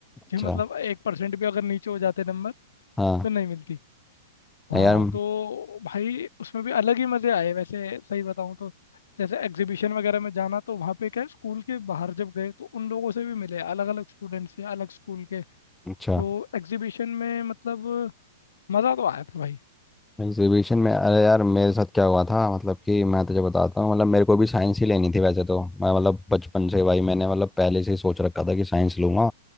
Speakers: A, in the centre; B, on the left.
A: अच्छा
B: कि मतलब एक परसेंट भी अगर नीचे हो जाते नंबर
A: हाँ
B: तो नहीं मिलती हाँ
A: यार
B: तो भाई उसमें भी अलग ही मज़े आए वैसे सही बताऊँ तो जैसे एग्जीबिशन वगैरह में जाना तो वहाँ पे क्या है स्कूल के बाहर जब गए तो उन लोगों से भी मिले अलग अलग स्टूडेंट्स से अलग स्कूल के
A: अच्छा
B: तो एग्जीबिशन में मतलब मज़ा तो आया था भाई
A: एग्जीबिशन में अरे यार मेरे साथ क्या हुआ था मतलब कि मैं तुझे बताता हूँ मतलब मेरे को भी साइंस ही लेनी थी वैसे तो मैं मतलब बचपन से भाई मैंने मतलब पहले से ही सोच रखा था कि साइंस लूंगा